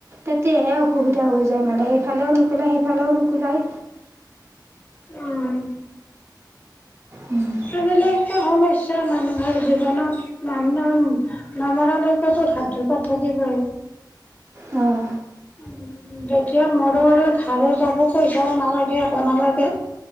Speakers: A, on the right (about 35°); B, on the left (about 25°).
A: তেতিয়াহে অসুবিধা হৈ যায় মানে এইফালেও নোকোলাই সেইফালেও নোকোলাই।
B: উম।
A: উম।
B: সেইফালে একো সমস্যা নাই মানুহৰ জীৱনত মানুহৰ নামৰালৈকে <unintelligible> থাকিবই।
A: উম।
B: উম, যেতিয়া মোৰো আৰু ধাৰ যাব পইচাও নালাগে একো নালাগে।